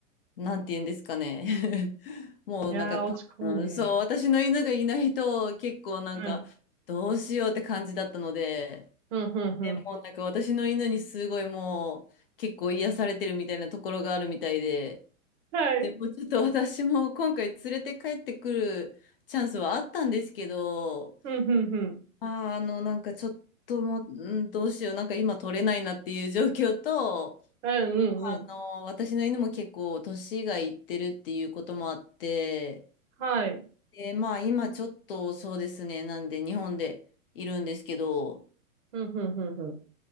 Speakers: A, on the left; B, on the right.
A: なんて言うんですかね。<laughs> もうなんか多分、
B: ん。いやー、落ち込むね。
A: そう、私の犬がいないと結構なんかどうしようって感じだったので、
B: うん。うん、うん、うん。
A: でもうなんか私の犬にすごいもう結構癒されてるみたいなところがあるみたいで、
B: はい。
A: でもうちょっと私も今回連れて帰ってくるチャンスはあったんですけど、
B: うん、うん、うん。
A: あー、あのなんかちょっともう、うん、どうしよう、なんか今取れないなっていう状況と、
B: うん、うん、
A: あの、
B: うん。
A: 私の犬も結構年がいってるっていうこともあって、
B: はい。
A: で、まあ今ちょっとそうですね、なんで日本でいるんですけど、
B: うん、うん、うん、うん。